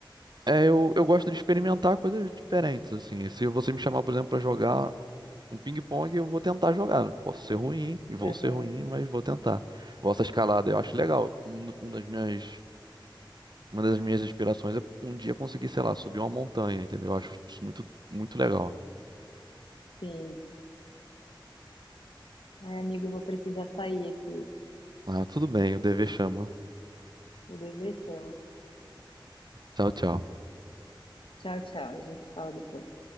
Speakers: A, on the right (about 55°); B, on the left (about 85°).
A: É, eu, eu gosto de experimentar coisas diferentes, assim. Se você me chamar, por exemplo, pra jogar um ping-pong, eu vou tentar jogar. Posso ser ruim, e vou
B: Aham,
A: ser ruim, mas vou tentar. Gosto da escalada, eu acho legal. Um, um das minhas, uma das minhas aspirações é um dia conseguir, sei lá, subir uma montanha, entendeu? Eu acho isso muito, muito legal.
B: sim. Ai, amigo, vou precisar sair aqui,
A: Ah, tudo bem, o dever chama.
B: o dever chama.
A: Tchau, tchau.
B: Tchau, tchau, a gente se fala depois.